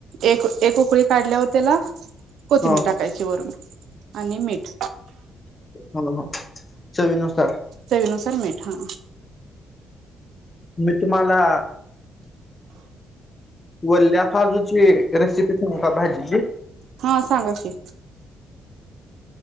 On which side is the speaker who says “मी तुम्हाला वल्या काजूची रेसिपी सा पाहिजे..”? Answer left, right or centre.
Left